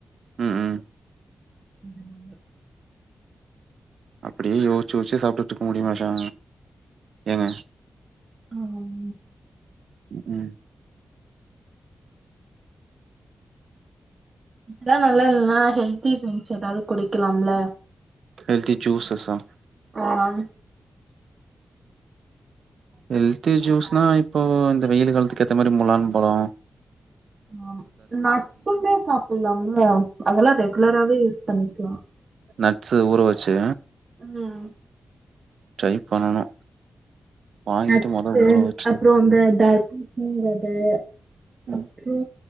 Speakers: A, on the right; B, on the right.
A: உம் உம்
B: ம்ம்
A: அப்டியே யோசிச்சு யோசிச்சு சாப்டுட்டு இருக்க முடியுமா சா ஏங்க
B: ஆ உம்
A: உம்
B: இதெல்லா நல்லா இல்லன்னா ஹெல்தி ட்ரிங்க்ஸ் ஏதாவது குடிக்கலாம்ல
A: ஹெல்தி ஜூஸஸ் ஆ <inaudible>
B: ஆ,
A: ஹெல்தி ஜூஸ்னா இப்போ இந்த வெயில் காலத்துக்கு ஏத்த மாரி முளான் பழொ
B: நா நட்சுந்த சாப்பிடலாம்ல அதெல்லா ரெகுலராவே யூஸ் பண்ணிக்லா
A: நட்ஸு ஊற வச்சு
B: உஹ்
A: ட்ரை பண்ணனு வாங்கிட்டு
B: நட்ஸூ
A: மொத ஊற வச்சு
B: அப்புறோ அந்த
A: ம்
B: தர்பூச் ணி வெத அப்புறோ
A: ம்